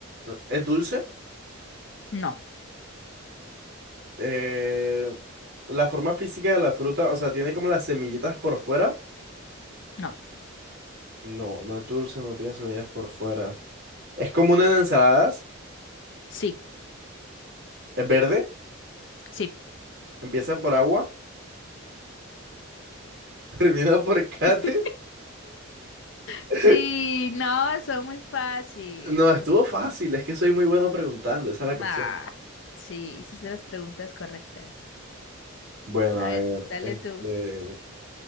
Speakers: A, on the right (about 50°); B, on the left (about 60°).
A: ¿es dulce?
B: No,
A: Eh, la forma física de la fruta, o sea, tiene como las semillitas por fuera.
B: no.
A: No, no es dulce, no tiene semillas por fuera. Es común en ensaladas.
B: Sí,
A: Es verde.
B: sí. <laughs>
A: Empieza por agua. <laughs> Termina por cate.
B: Sí.
A: <laughs>
B: Sí, no, son muy fácil.
A: No, estuvo fácil, es que soy muy bueno preguntando, esa es la cuestión.
B: Ah, sí, hiciste las preguntas correctas.
A: Bueno,
B: A
A: a
B: ver,
A: ver,
B: dale
A: este,
B: tú.